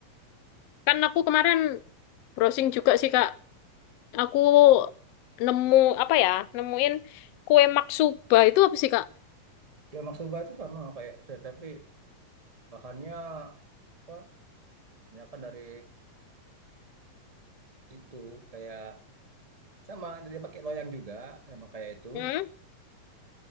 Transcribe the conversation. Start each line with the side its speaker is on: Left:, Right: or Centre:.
Left: kan aku kemarin browsing juga sih kak aku nemu apa ya nemuin kue maksuba itu apa sih kak
Right: Ya maksoba itu sama kayak itu, tapi bahannya apa? Misalkan dari itu kayak sama dia pakai loyang juga sama kayak itu.
Left: Hmm?